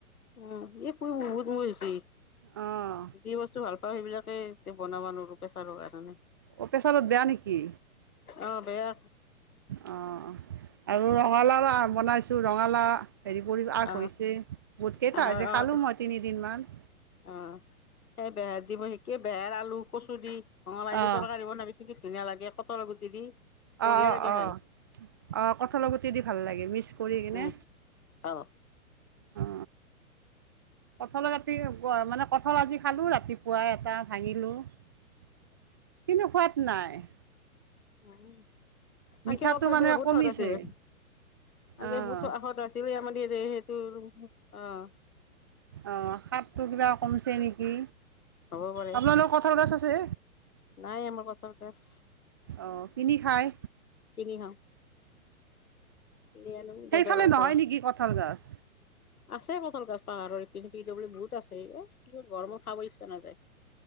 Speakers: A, on the left; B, on the right.
A: উম, এই পু বহুত মই হৈছে,
B: অঁ
A: যি বস্তু ভাল সেইবিলাকে এতিয়া বনাবা নোৱাৰো প্ৰেছাৰৰ কাৰণে।
B: অ পেছাৰত বেয়া নেকি?
A: অ', বেয়া
B: অ আৰু ৰঙালাও বনাইছো ৰঙালা হেৰি কৰি আ
A: অ',
B: কৈছে, বহুত কেইটা
A: অ',
B: হৈছে
A: অ',
B: খালো মই তিনিদিন মান।
A: অ, সেই বেহেৰ দিব সিকে বেহেৰ, আলু, কচু দি ৰঙলাই
B: অঁ
A: দি তৰকাৰী বনাবিছো কি ধুনীয়া লাগে কটৰ গুটি দি। বঢ়িয়া
B: অ অ
A: লাগে
B: অ
A: খাই
B: অ, কঠল গুটি দি ভাল লাগে মিক্স কৰি কিনে।
A: উম, অ।
B: অ। কঠলৰ ৰাতি মানে কঠল আজি খালো ৰাতিপুৱা এটা ভাঙিলো। কিন্তু সোৱাত নাই।
A: আনকি
B: মিঠাটো
A: কঠৰবিলাক
B: মানে
A: বহুত
B: কমিছে
A: হৰ আছিল। আে
B: অঁ
A: <inaudible> মঁত আছিল আমাৰ সেইটো অ
B: অ হাতটো কিবা কমছে নেকি?
A: হ'ব পাৰে
B: আপোনালোকৰ কঠাল গাছ আছ ছে?
A: নাই আমাৰ কঁঠল গাছ
B: অঁ কিনি খায়
A: কিনি খাওঁ। কিনি আনো
B: সেইফালে
A: বজাৰৰ
B: নহয়
A: পৰা।
B: নেকি কঁঠাল গছ
A: আছে কঁঠল গাছ পাহাৰৰ ই পি পিডবলি বহুত আছে এ কিন্ত ঘৰ মোৰ খাব ইচ্ছা নাযায়।